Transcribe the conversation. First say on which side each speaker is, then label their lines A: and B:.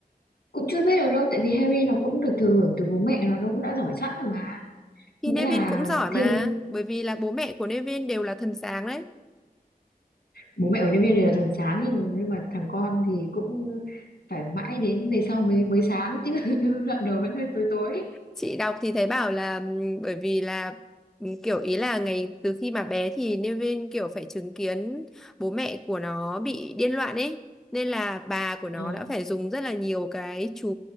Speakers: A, on the left; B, in the centre.
A: cũng chưa biết được đâu tại vì Harry nó cũng được thừa hưởng từ bố mẹ nó nó cũng đã giỏi sẵn rồi mà
B: Thì
A: nghĩa
B: Nevin
A: là
B: cũng giỏi
A: thêm
B: mà, bởi vì là bố mẹ của Nevin đều là thần sáng đấy.
A: bố mẹ của nhân viên đều là thằng sáng nhưng mà, nhưng mà thằng con thì cũng phải mãi đến về sau mới mới sáng chứ <laughs> đoạn đầu vẫn hơi tối tối
B: Chị đọc thì thấy bảo là ừm, bởi vì là ừm, kiểu ý là ngày từ khi mà bé thì Nevin kiểu phải chứng kiến bố mẹ của nó bị điên loạn ấy. Nên là bà của nó
A: à,
B: đã phải dùng rất là nhiều cái chú,